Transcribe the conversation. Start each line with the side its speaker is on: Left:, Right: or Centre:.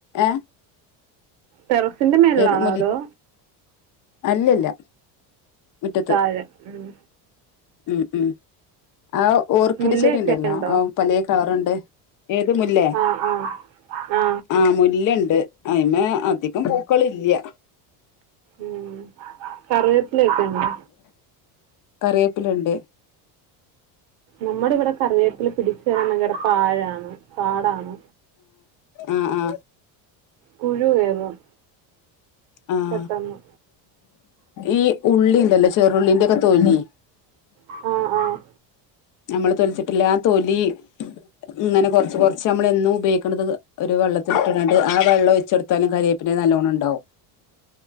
Left: ഏഹ
Right: ടെറസിന്റെ മേളിലാണോ
Left: ഏത് മുല
Right: അതോ
Left: അല്ലല്ല മുറ്റത്ത്
Right: താഴെ ഉം
Left: ഉം ഉം ആ ഓർക്കിഡ്
Right: മുല്ലയൊക്കെ
Left: ചെടി ഉണ്ടല്ലോ
Right: ഉണ്ടോ
Left: ആ പല കളർുണ്ട് ഏത് മുല്ലേ
Right: ആ ആ ആ
Left: ആഹ മുല്ലുണ്ട് അതി്മ അധികം പൂക്കളി ഇന്ത്യ
Right: ഉം കറിയത്തില ഒക്കെ ഉണ്ട്ോ
Left: കേ പ്പിലുണ്ട്
Right: നമ്മുടെ ഇവിടെ കറിവേപ്പില് പിടിച്ചു വരാനെങ്കിടെ പാഴാണ് പാടാണ്
Left: ആഹ ആഹ
Right: പുഴു കയറും
Left: ആഹ
Right: പെട്ടെന്ന്
Left: ഈ ഉള്ളി ല്ല ചെറുള്ളിന്റെ ഒക്കെ തോല്ി
Right: ആഹ ആഹ
Left: നമ്മള് തൊലിച്ചിട്ടില്ല ആ തൊലി ഇങ്ങനെ കൊറച്ച് കൊറച്ച് നമ്മളും ഉപയോഗ ഒരു വെള്ളത്തിൽ കിട്ടട്ടണ്ട് ആ വെള്ളം ചെറത്താലും കരയേപ്പന്നെ നല്ലോണ്ണം ഉണ്ടാവും